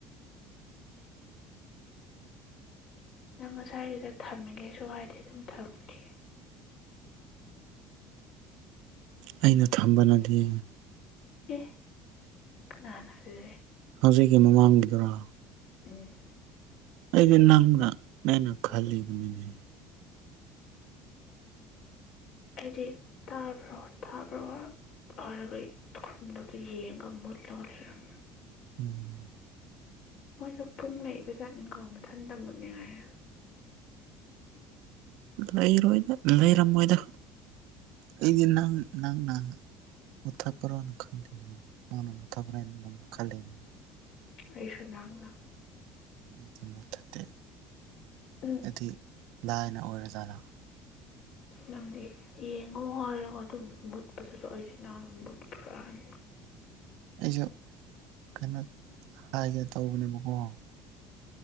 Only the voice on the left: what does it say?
ꯅꯪ ꯉꯁꯥꯏꯗꯨꯗ ꯊꯝꯃꯤꯒꯦꯁꯨ ꯍꯥꯏꯗꯤ ꯑꯗꯨꯝ ꯊꯝꯈꯤ
ꯑꯦ ꯅꯅꯗꯦ
ꯎꯝ
ꯑꯩꯗꯤ ꯇꯥꯕ꯭ꯔꯣ ꯇꯥꯕ꯭ꯔꯣꯔꯒ ꯈꯗ ꯌꯦꯡꯒ ꯃꯨꯂꯒ ꯂꯩꯔꯝ
ꯃꯣꯏꯁꯨ ꯄꯨꯡ ꯂꯩꯏꯕ ꯖꯥꯠꯃꯤꯟꯈ ꯃꯊꯟꯇ ꯃꯨꯠꯅꯤꯡꯉꯥꯏ
ꯑꯩꯁꯨꯅꯥꯂ
ꯎꯝ
ꯅꯪꯗꯤ ꯌꯦꯡꯉꯣ ꯍꯥꯏꯔꯒ ꯑꯗꯨꯝ ꯃꯨꯠꯄꯁꯨ ꯑꯩꯁꯤꯅꯥꯅ ꯃꯨꯠꯄ꯭ꯔꯥꯥꯟ